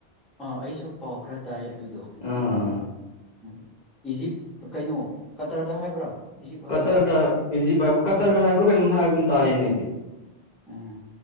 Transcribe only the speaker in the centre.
ꯑꯥ ꯑꯩꯁꯨ ꯄꯥꯎ ꯈꯔ ꯇꯥꯏ ꯑꯗꯨꯗꯣ
ꯎꯝ ꯏꯖꯤꯞ ꯀꯩꯅꯣ ꯀꯇꯔꯗ ꯍꯥꯏꯕ꯭ꯔꯥ ꯏꯖꯤꯞ ꯍꯥꯏꯕ꯭ꯔꯥ
ꯎꯝ